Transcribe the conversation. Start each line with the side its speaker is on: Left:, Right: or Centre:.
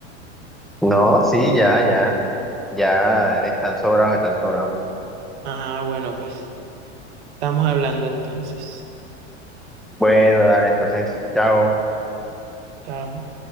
Centre: No, sí, ya, ya. Ya están sobrados, están sobrados.
Right: Ah, bueno, pues estamos hablando entonces.
Centre: Bueno, dale, entonces, chao.
Right: Chao.